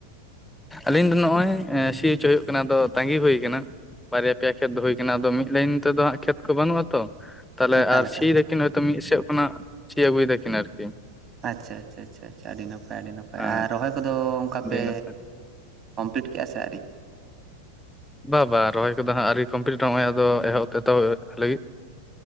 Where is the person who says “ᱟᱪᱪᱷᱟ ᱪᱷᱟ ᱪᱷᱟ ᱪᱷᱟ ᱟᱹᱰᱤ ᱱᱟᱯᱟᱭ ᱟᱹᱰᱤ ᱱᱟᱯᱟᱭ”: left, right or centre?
Right